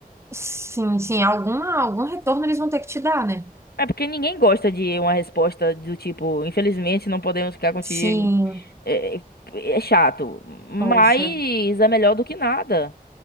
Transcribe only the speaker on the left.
É porque ninguém gosta de uma resposta do tipo, infelizmente não podemos ficar contigo.
É, é é chato, mas
é melhor do que nada.